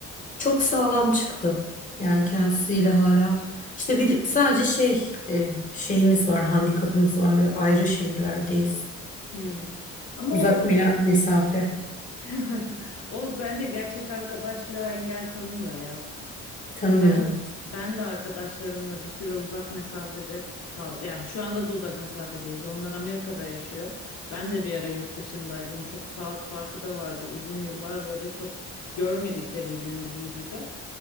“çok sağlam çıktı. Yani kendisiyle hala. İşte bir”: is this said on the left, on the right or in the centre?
Left